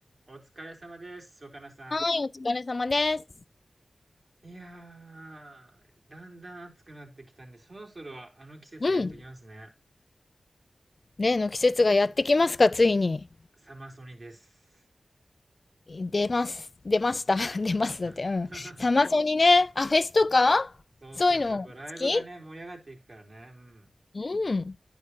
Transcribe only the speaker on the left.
はい、お疲れ様です。
うん。例の季節がやってきますか、ついに。
出ます。出ました。<laughs> 出ますだって。
うん。
サマソニね。あ、フェスとかそういうの好き
うん。